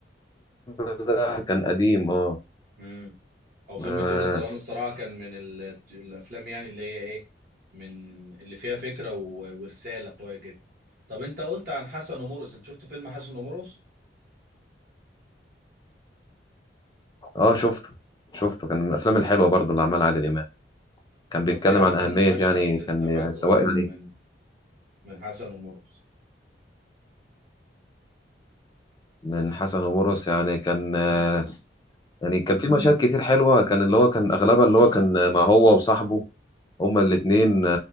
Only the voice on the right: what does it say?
امم او فيلم
طيور الظلام الصراحه كان من ال- الافلام يعني اللي هي ايه من اللي فيها فكره و- ورساله قويه جدا طب انت قلت عن حسن ومرقص انت شفت فيلم حسن ومرقص
طب
ايه احسن
مشهد
انت
فاكره
من من حسن ومرقص
امم